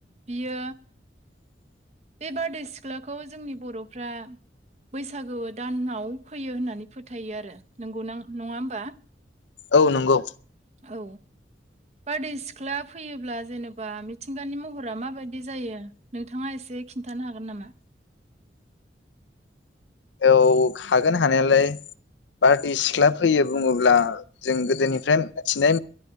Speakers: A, on the right; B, on the left.
A: बियो बे बारदै सिख्लाखौ जोंनि बर'फ्रा बैसागु दानाव फैयो होननानै फोथायो आरो नंगौना नङा होमबा
B: औ नंगौ
A: औ बारदै सिख्ला फैयोब्ला जेनेबा मिथिंगानि महरा माबायदि जायो नोंथाङा एसे खिन्थानो हागोन नामा
B: औ हागोन हानायालाय बारदै सिख्ला फैयो बुङोब्ला जों गोदोनिफ्रा मिथिनो